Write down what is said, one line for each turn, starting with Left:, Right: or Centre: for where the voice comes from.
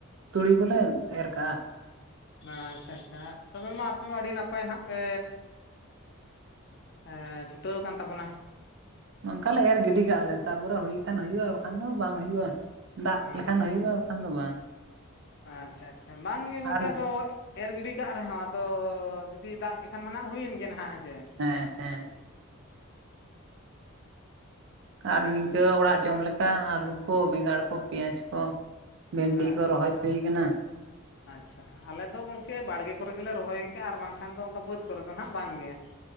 Right: ᱛᱩᱲᱤ ᱠᱚᱞᱮ ᱮᱨ ᱠᱟᱜᱼᱟ
Left: ᱟᱪᱪᱷᱟ ᱟᱪᱪᱷᱟ ᱛᱚᱵᱮ ᱢᱟ ᱟᱯᱮ ᱢᱟ ᱟᱹᱰᱤ ᱱᱟᱯᱟᱭ ᱱᱟᱦᱟᱸᱜ ᱯᱮ <unintelligible> ᱪᱷᱩᱴᱟᱹᱣ ᱟᱠᱟᱱ ᱛᱟᱵᱚᱱᱟ
Right: ᱚᱱᱠᱟ ᱞᱮ ᱮᱨ ᱜᱤᱰᱤ ᱠᱟᱜᱼ ᱞᱮ ᱛᱟᱨ ᱯᱚᱨᱮ ᱦᱩᱭ ᱠᱷᱟᱱ ᱦᱩᱭᱩᱜᱼᱟ ᱟᱨ ᱵᱟᱠᱷᱟᱱ ᱫᱚ ᱵᱟᱝ ᱦᱩᱭᱩᱜᱼᱟ ᱫᱟᱜ
Left: ᱟᱪᱪᱷᱟ
Right: ᱞᱮᱠᱷᱟᱱ ᱦᱩᱭᱩᱜᱼᱟ ᱟᱨ ᱵᱟᱠᱷᱟᱱ ᱫᱚ ᱵᱟᱝ
Left: ᱟᱪᱪᱷᱟ ᱟᱪᱪᱷᱟ ᱵᱟᱝ ᱜᱮ ᱜᱚᱝᱠᱮ
Right: ᱟᱨ
Left: ᱟᱫᱚ ᱮᱨ ᱜᱤᱰᱤ ᱠᱟᱜ ᱨᱮᱦᱚᱸ ᱟᱫᱚ ᱡᱩᱫᱤ ᱫᱟᱜ ᱠᱮ ᱠᱷᱟᱱ ᱢᱟᱱᱟᱜ ᱦᱩᱭ ᱮᱱ ᱜᱮ ᱱᱟᱦᱟᱸᱜ ᱦᱮᱪᱮ
Right: ᱦᱮᱸ ᱦᱮᱸ ᱟᱨ ᱱᱤᱝᱠᱟᱹ ᱚᱲᱟᱜ ᱡᱚᱢ ᱞᱮᱠᱟ ᱟᱹᱞᱩ ᱠᱚ ᱵᱮᱸᱜᱟᱲ ᱠᱚ ᱯᱮᱸᱭᱟᱡᱽ ᱠᱚ ᱵᱷᱮᱱᱰᱤ
Left: ᱦᱮᱸᱪᱮ
Right: ᱠᱚ
Left: ᱟᱪᱪᱷᱟ
Right: ᱨᱚᱦᱚᱭ ᱦᱩᱭ ᱠᱟᱱᱟ
Left: ᱟᱪᱪᱷᱟ ᱟᱞᱮ ᱫᱚ ᱜᱚᱝᱠᱮ ᱵᱟᱲᱜᱮ ᱠᱚᱨᱮ ᱜᱮᱞᱮ ᱨᱚᱦᱚᱭ ᱠᱟᱜᱼᱟ ᱟᱨ ᱵᱟᱝ ᱠᱷᱟᱱ ᱫᱚ ᱚᱱᱠᱟ ᱵᱟᱹᱫᱽ ᱠᱚᱨᱮ ᱫᱚ ᱱᱟᱦᱟᱸᱜ ᱵᱟᱝ ᱜᱮ